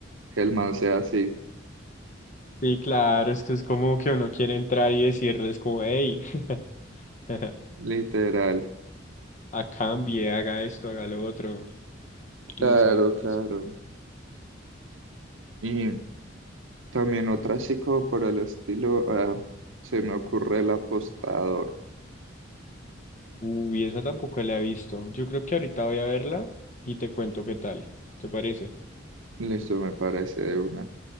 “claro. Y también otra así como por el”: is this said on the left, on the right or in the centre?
Right